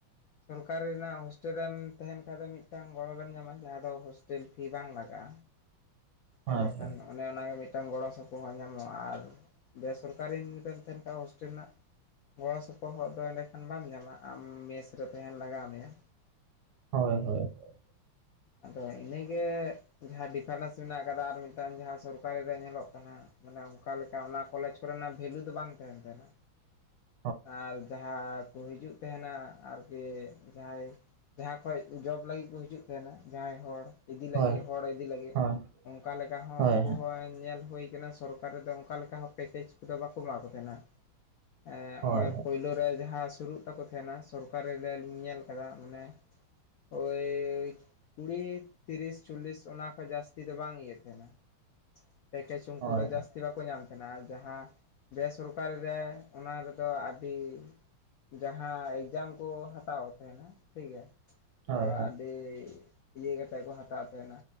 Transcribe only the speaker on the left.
ᱥᱚᱨᱠᱟᱨᱤ ᱨᱮᱱᱟᱜ ᱦᱳᱥᱴᱮᱞ ᱨᱮᱢ ᱛᱟᱸᱦᱮᱱ ᱠᱷᱟ ᱫᱚ ᱢᱤᱫᱴᱟᱝ ᱜᱚᱲᱚ ᱵᱮᱱ ᱧᱟᱢᱟ, ᱡᱟᱸᱦᱟ ᱫᱚ ᱦᱳᱥᱴᱮᱞ ᱯᱷᱤ ᱵᱟᱝ ᱞᱟᱜᱟᱜᱼᱟ᱾
ᱮᱰᱮ
ᱠᱷᱟᱱ ᱫᱚ ᱚᱱᱮ ᱚᱱᱠᱟᱜᱮ ᱢᱤᱫᱴᱟᱝ ᱜᱚᱲᱚ ᱥᱚᱯᱚᱦᱚᱫ ᱧᱟᱢᱚᱜᱼᱟ, ᱟᱨ ᱵᱮᱥᱚᱨᱠᱟᱨᱤᱢ ᱡᱚᱫᱤᱢ ᱛᱟᱦᱮᱱ ᱠᱷᱟᱱ ᱦᱳᱥᱴᱮᱞ ᱨᱮᱱᱟᱜ ᱜᱚᱲᱚ ᱥᱚᱯᱚᱦᱚᱫ ᱫᱚ ᱮᱸᱰᱮᱠᱷᱟᱱ ᱵᱟᱢ ᱧᱟᱢᱟ, ᱟᱢ ᱢᱮᱥ ᱨᱮ ᱛᱟᱦᱮᱱ ᱞᱟᱜᱟᱣ ᱢᱮᱭᱟ᱾
ᱟᱫᱚ ᱤᱱᱟᱹᱜᱮ ᱡᱟᱸᱦᱟ ᱰᱤᱯᱷᱟᱨᱮᱱᱥ ᱢᱮᱱᱟᱜ ᱟᱠᱟᱫᱟ ᱟᱨ ᱢᱤᱫᱴᱟᱝ ᱡᱟᱸᱦᱟ ᱥᱚᱨᱠᱟᱨᱤ ᱨᱮ ᱧᱮᱞᱚᱜ ᱠᱟᱱᱟ ᱢᱟᱱᱮ ᱚᱱᱠᱟ ᱞᱮᱠᱟ ᱚᱱᱟ ᱠᱚᱞᱮᱡᱽ ᱠᱚᱨᱮᱱᱟᱜ ᱵᱷᱮᱞᱩ ᱫᱚ ᱵᱟᱝ ᱛᱟᱦᱮᱱ ᱛᱟᱦᱮᱱᱟ᱾
ᱟᱨ ᱡᱟᱸᱦᱟ ᱠᱚ ᱦᱤᱡᱩᱜ ᱛᱟᱦᱮᱱᱟ, ᱟᱨ ᱡᱮ ᱡᱟᱦᱟᱸᱭ ᱡᱟᱦᱟᱸ ᱠᱷᱚᱡ ᱡᱚᱵ ᱞᱟᱹᱜᱤᱫ ᱠᱚ ᱦᱤᱡᱩᱜ ᱛᱟᱦᱮᱱᱟ ᱡᱟᱦᱟᱸᱭ ᱦᱚᱲ ᱤᱫᱤ
ᱞᱟᱹᱜᱤᱫ
ᱦᱚᱲ ᱤᱫᱤ ᱞᱟᱹᱜᱤᱫ,
ᱚᱱᱠᱟ ᱞᱮᱠᱟ ᱦᱚᱸ
ᱩᱱᱠᱩ ᱦᱚᱸ ᱧᱮᱞ ᱦᱩᱭ ᱠᱟᱱᱟ ᱥᱚᱨᱠᱟᱨ ᱨᱮᱫᱚ ᱚᱱᱠᱟ ᱞᱮᱠᱟ ᱯᱮᱠᱮᱡ ᱠᱚᱫᱚ ᱵᱟᱠᱚ ᱮᱢᱟ ᱠᱚ ᱛᱟᱦᱮᱱᱟ, ᱮᱸ
ᱚᱭ ᱯᱳᱭᱞᱳ ᱨᱮ ᱡᱟᱦᱟᱸ ᱥᱩᱨᱩᱜ ᱛᱟᱠᱚ ᱛᱟᱦᱮᱱᱟ ᱥᱚᱨᱠᱟᱨᱮ ᱞᱮ ᱧᱮᱞ ᱟᱠᱟᱫᱟ ᱢᱟᱱᱮ ᱳᱭᱻ ᱠᱩᱲᱤ, ᱛᱤᱨᱤᱥ, ᱪᱚᱞᱞᱤᱥ ᱚᱱᱟ ᱠᱚ ᱡᱟᱹᱥᱛᱤ ᱫᱚ ᱵᱟᱝ ᱤᱭᱤᱭᱟᱹ ᱛᱟᱦᱮᱱᱟ᱾ ᱯᱮᱠᱮᱡᱽ ᱩᱱᱠᱩ
ᱫᱚ ᱡᱟᱹᱥᱛᱤ ᱵᱟᱠᱚ ᱧᱟᱢ ᱛᱟᱦᱮᱱᱟ, ᱟᱨ ᱡᱟᱸᱦᱟ ᱵᱮᱥᱚᱨᱠᱟᱨᱤ ᱨᱮ ᱚᱱᱟ ᱨᱮᱫᱚ ᱟᱹᱰᱤ ᱡᱟᱦᱟᱸ ᱮᱠᱡᱟᱢ ᱠᱚ ᱦᱟᱛᱟᱣ ᱛᱟᱦᱮᱱᱟ ᱴᱷᱤᱠ ᱜᱮᱭᱟ,
ᱛᱚ
ᱟᱹᱰᱤ ᱤᱭᱟᱹ ᱠᱟᱛᱮ ᱠᱚ ᱦᱟᱛᱟᱣ ᱛᱟᱦᱮᱱᱟ᱾